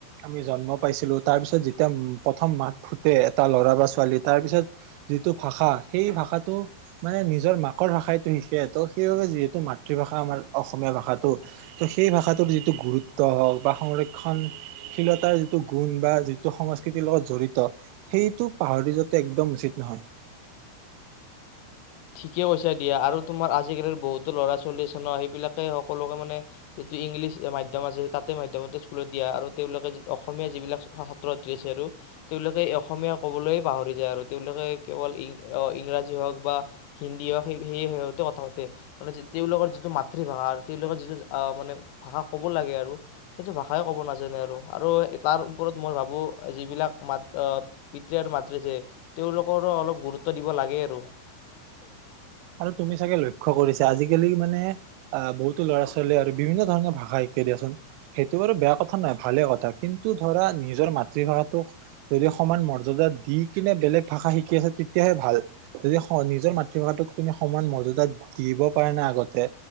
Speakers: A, on the right; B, on the left.
A: আমি জন্ম পাইছিলোঁ তাৰপিছত যেতিয়া প্ৰথম মাত ফুটে এটা ল'ৰা বা ছোৱালী তাৰপিছত যিটো ভাষা সেই ভাষাটো মানে নিজৰ মাকৰ ভাষাটো শিকে তো সেইবাবে যিহেতু মাতৃভাষা আমাৰ অসমীয়া ভাষাটো তো সেই ভাষাটোৰ যিটো গুৰুত্ব হওঁক বা সংৰক্ষণশীলতাৰ যিটো গুণ বা যিটো সংস্কৃতিৰ লগত জড়িত সেইটো পাহৰি যাতে একদম উচিত নহয়।
B: ঠিকেই কৈচা দিয়া আৰু তোমাৰ আজিকালিৰ বহুতো ল'ৰা ছোৱালী আছে ন সেইবিলাকে সকলোকে মানে যিটো ইংলিছ মাধ্যম আছে তাতে মাধ্যমৰে স্কুলত দিয়া আৰু তেওঁলোকে অসমীয়া যিবিলাক ছাত্ৰ ছাত্ৰী আছে আৰু তেওঁলোকে অসমীয়া ক'বলৈয় পাহৰি যায় আৰু তেওঁলোকে কেৱলং ইংৰাজী হওঁক বা হিন্দী হওক স সেই সতে কথা পাতে মানে তেওঁলোকৰ যিটো মাতৃভাষা আৰু তেওঁলোকৰ যিটো আহ মানে ভাষা কব লাগে আৰু সেইটো ভাষাই ক'ব নাজানে আৰু আৰু তাৰ ওপৰত মই ভাবো যিবিলাক মাত আহ পিতৃ আৰু মাতৃ আছে তেওঁলোকৰো অলপ গুৰুত্ব দিব লাগে আৰু। <inaudible>
A: আৰু তুমি চাগে লক্ষ্য কৰিছা আজিকালি মানে আহ বহুতো ল'ৰা ছোৱালীয়ে আৰু বিভিন্ন ধৰণৰ ভাষা শিকাই দিয়াচোন সেইটো বাৰু বেয়া কথা নহয় ভালে কথা কিন্তু ধৰা নিজৰ মাতৃভাষাটোক যদি সমান মৰ্যদা দি কিনে বেলেগ ভাষা শিকি আছে তেতিয়াহে ভাল যদি নিজৰ মাতৃভাষাটোক তুমি সমান মৰ্যদা দিব পাৰা না আগতে